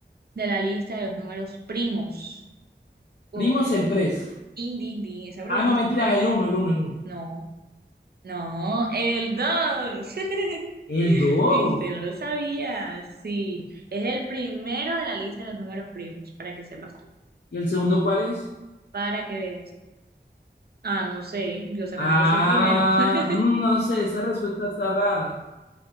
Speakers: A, on the right; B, on the left.
A: de la lista de los números primos? Uf,
B: Primos, el 3.
A: din, din, din, esa pregunta
B: Ah, no,
A: está
B: mentira,
A: fuerte.
B: el uno, el uno, el uno,
A: No, no, el 2 <laughs>
B: El dos
A: Viste, no lo sabía. Sí, es el primero de la lista de los números primos, para que sepas.
B: ¿Y el segundo cuál es?
A: para que veas. Ah, no sé, yo solamente
B: Ah,
A: sé el primero. <laughs>
B: mm, no sé, esa respuesta está rara.